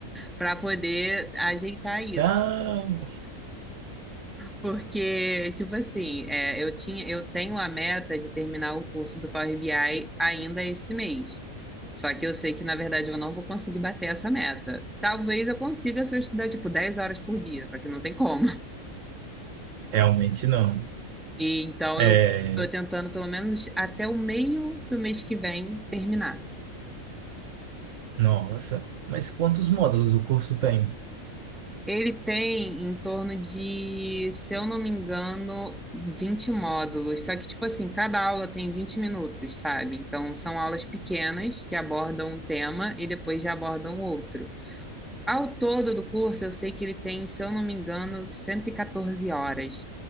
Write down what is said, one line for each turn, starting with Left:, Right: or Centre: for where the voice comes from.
Centre: para poder ajeitar isso.
Right: Não,
Centre: Porque, tipo assim, é, eu tinha, eu tenho a meta de terminar o curso do Power BI ainda esse mês. Só que eu sei que, na verdade, eu não vou conseguir bater essa meta. Talvez eu consiga se eu estudar, tipo, 10 horas por dia, só que não tem como.
Right: realmente não.
Centre: E, então,
Right: É,
Centre: eu estou tentando, pelo menos, até o meio do mês que vem terminar.
Right: nossa, mas quantos módulos o curso tem?
Centre: Ele tem em torno de, se eu não me engano, 20 módulos. Só que, tipo assim, cada aula tem 20 minutos, sabe? Então, são aulas pequenas que abordam um tema e depois já abordam outro. Ao todo do curso, eu sei que ele tem, se eu não me engano, 114 horas.